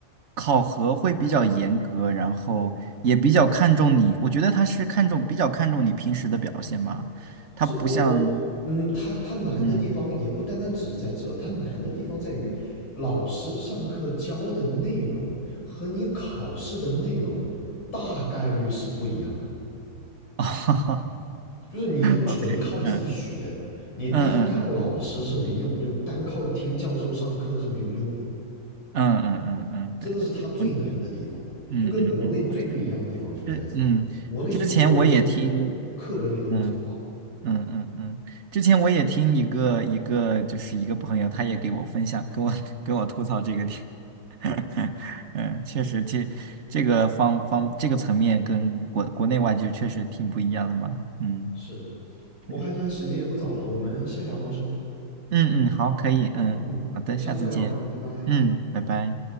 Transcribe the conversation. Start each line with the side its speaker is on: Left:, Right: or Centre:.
Right: 考核会比较严格，然后也比较看重你。我觉得他是看重，比较看重你平时的表现吧。他不像，
Left: 是我我嗯，他他难的地方也不单单只是在这，
Right: 嗯，
Left: 他难的地方在于老师上课教的内容和你考试的内容大概率是不一样的。
Right: <laughs> 哦
Left: 就是你要纯靠自己学，
Right: ，OK，嗯
Left: 你单靠老师是没用，
Right: 嗯嗯嗯
Left: 就单靠听教授上课是没有用的。
Right: 嗯嗯嗯嗯嗯，
Left: 这个是他最难的地方，
Right: 对对对，我嗯嗯嗯，
Left: 就跟国内最不一样的地方就是在这，
Right: 我觉得，这嗯，
Left: 国内所有东西你在课本里都能找到。
Right: 之前我也听。嗯嗯嗯嗯，之前我也听一个一个就是一个朋友，他也给我分享，跟我 <laughs> 跟我吐槽这个点。<laughs> 嗯，确实这这个方方这个层面跟国国内外就确实挺不一样的嘛。嗯，
Left: 是，我看现在时间也不早了，
Right: 是是。
Left: 我们先聊到这。
Right: 嗯嗯，好，可以。
Left: 好，
Right: 嗯，
Left: 嗯，
Right: 好的，
Left: 我们下次聊，
Right: 下次见。
Left: 嗯，拜拜。
Right: 嗯，拜拜。